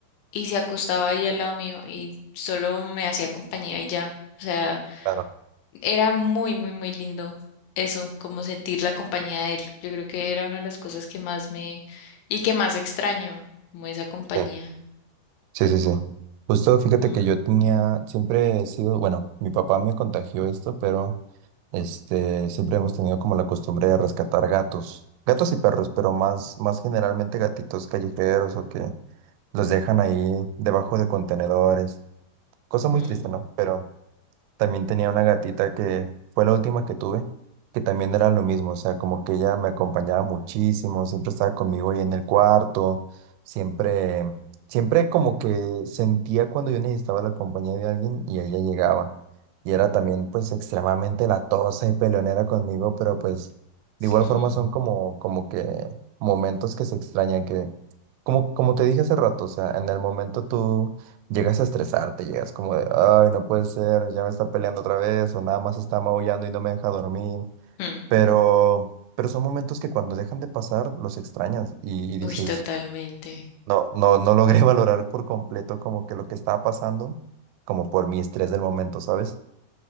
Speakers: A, on the left (about 80°); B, on the right (about 85°).
A: y se acostaba ahí al lado mío y solo me hacía compañía y ya. O sea,
B: claro.
A: era muy, muy, muy lindo eso, como sentir la compañía de él. Yo creo que era una de las cosas que más me y que más extraño, como esa compañía.
B: Sí, sí, sí. sí. Justo fíjate
A: Mm,
B: que yo tenía, siempre he sido, bueno, mi papá me contagió esto, pero este, siempre hemos tenido como la costumbre de rescatar gatos, gatos y perros, pero más, más generalmente gatitos callejeros o que los dejan ahí debajo de contenedores. cosa
A: mm,
B: muy triste, ¿no? Pero también tenía una gatita que fue la última que tuve, que también era lo mismo, o sea, como que ella me acompañaba muchísimo, siempre estaba conmigo ahí en el cuarto, siempre, siempre como que sentía cuando yo necesitaba la compañía de alguien y ella llegaba. Y era también pues extremadamente latosa y peleonera conmigo, pero pues de igual
A: ujú,
B: forma son como, como que momentos que se extrañan, que como, como te dije hace rato, o sea, en el momento tú Llegas a estresarte, llegas como de, ay, no puede ser, ya me está peleando otra vez, o nada más está maullando y no me deja dormir.
A: mm.
B: Pero, pero son momentos que cuando dejan de pasar los extrañas y, y dices,
A: Uy, totalmente.
B: no, no, no logré <laughs> valorar por completo como que lo que estaba pasando, como por mi estrés del momento, ¿sabes?